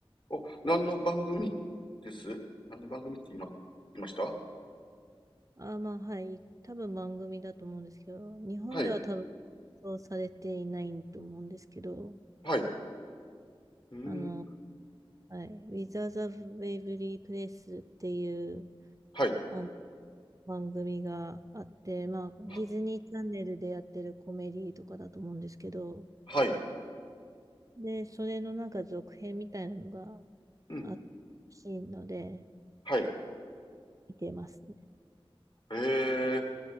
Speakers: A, on the left; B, on the right.
A: お、何の番組です何の番組って今、言いました
B: あまあ、はい。多分番組だと思うんですけど、日本では多分、
A: はい。
B: そうされていないと思うんですけど、
A: はい。うーん。
B: あの、はい。With the Waverly Place っていう、
A: はい。
B: あの、番組があって、まあ、ディズニーチャンネルでやってるコメディとかだと思うんですけど、
A: は、はい。
B: で、それのなんか続編みたいなのが
A: うん。
B: あったらしいので、
A: はい。
B: 見てますね。
A: ええ、